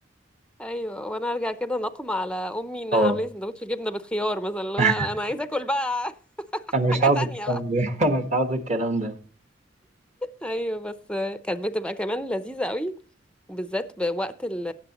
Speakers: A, in the centre; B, on the right (about 35°).
A: <laughs> أيوة وأنا أرجع كده نقم على أمي إنها
B: اه
A: عاملة لي سندوتش جبنة بالخيار مثلا اللي
B: <laughs>
A: هو أنا عايزة آكل بقى <laughs>
B: أنا مش
A: حاجة
B: عاوز
A: تانية
B: الكلام
A: بقى
B: ده <laughs> أنا مش عاوز الكلام ده
A: أيوة بس آه، كانت بتبقى كمان لذيذة قوي وبالذات بوقت ال